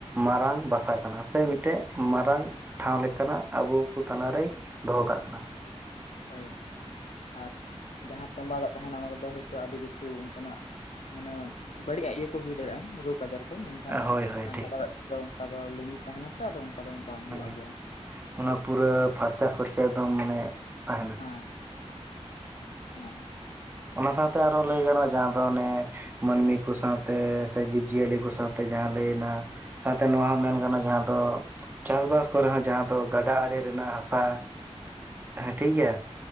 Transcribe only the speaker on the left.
ᱦᱳᱭ ᱟᱨ ᱡᱟᱦᱟᱸ ᱛᱚᱢᱵᱟᱣ ᱫᱟᱜ ᱛᱟᱦᱮᱸᱱᱟ ᱚᱱᱟ ᱨᱮᱫᱚ ᱦᱳᱭᱛᱳ ᱟᱹᱰᱤ ᱠᱤᱪᱷᱩ ᱚᱱᱠᱟᱱᱟᱜ ᱢᱟᱱᱮ ᱵᱟᱹᱲᱤᱡ ᱤᱭᱟᱹ ᱠᱚ ᱦᱩᱭ ᱫᱟᱲᱮᱭᱟᱜᱼᱟ ᱨᱳᱜᱽ ᱟᱡᱟᱨ ᱢᱮᱱᱠᱷᱟᱱ
ᱜᱟᱰᱟ ᱫᱟᱜ ᱛᱮᱫᱚ ᱚᱱᱠᱟ ᱫᱚ ᱞᱤᱸᱜᱤ ᱛᱟᱦᱮᱱᱟ ᱥᱮ ᱟᱫᱚ ᱚᱱᱠᱟ ᱫᱚ ᱵᱟᱝ ᱦᱩᱭᱩᱜᱼᱟ
ᱜᱮᱭᱟ
ᱦᱮᱸ ᱦᱮᱸ
<inaudible>